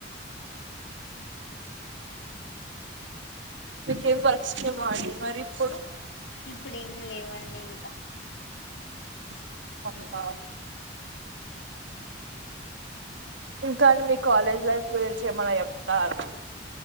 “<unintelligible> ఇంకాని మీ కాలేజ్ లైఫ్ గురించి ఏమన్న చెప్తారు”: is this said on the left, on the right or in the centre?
Right